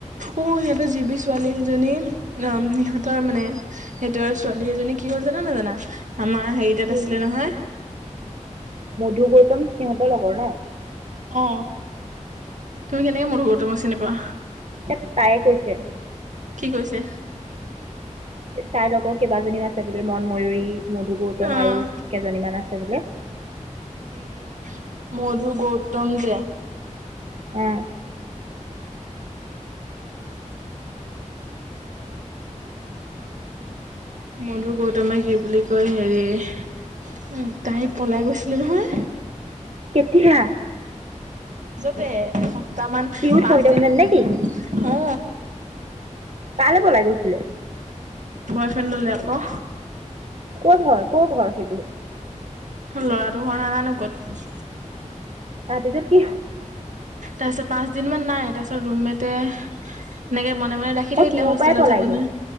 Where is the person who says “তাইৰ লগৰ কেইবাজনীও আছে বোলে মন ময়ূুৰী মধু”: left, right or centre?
Right